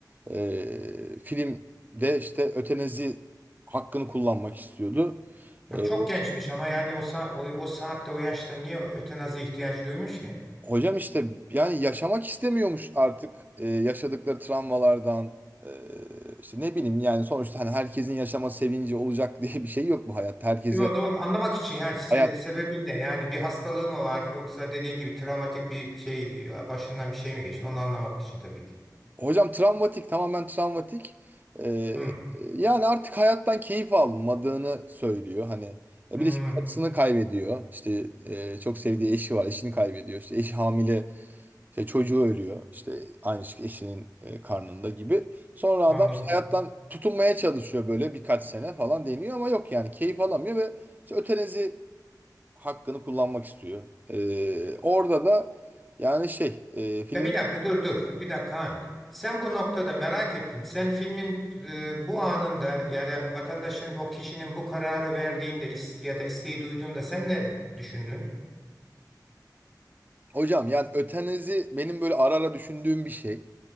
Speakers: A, on the right; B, in the centre.
A: eee filmde işte ötenazi hakkını kullanmak istiyordu.
B: Ya
A: Eee,
B: çok gençmiş ama yani o, sa o, o saatte o yaşta niye ötenazi ihtiyacı duymuş ki?
A: hocam işte yani yaşamak istemiyormuş artık Eee, yaşadıkları travmalardan eee, işte ne bileyim yani sonuçta hani herkesin yaşama sevinci olacak <laughs> diye bir şey yok bu hayatta. Herkese
B: Yo, doğru anlamak için yani se
A: hayat
B: sebebi ne? Yani bir hastalığı mı var yoksa dediğin gibi travmatik bir şey başından bir şey mi geçti? Onu anlamak için tabii ki.
A: Hocam travmatik, tamamen travmatik. Ee,
B: Hı,
A: yani artık hayattan keyif almadığını söylüyor. Hani e,
B: hı,
A: bir de işte karısını kaybediyor. İşte e, çok sevdiği eşi var, eşini kaybediyor. İşte eşi hamile, işte çocuğu ölüyor. İşte aynı şey eşinin e, karnında gibi. Sonra
B: anladım.
A: adam işte hayattan tutunmaya çalışıyor böyle birkaç sene falan deniyor ama yok yani keyif alamıyor ve işte ötenezi hakkını kullanmak istiyor. Ee, orada da yani şey e, film
B: Ya bir dakika dur dur. Bir dakika Han. Sen bu noktada merak ettim. Sen filmin e, bu anında ya da vatandaşın o kişinin bu kararı verdiğinde is- ya da isteği duyduğunda sen ne düşündün?
A: Hocam yani ötenazi benim böyle ara ara düşündüğüm bir şey.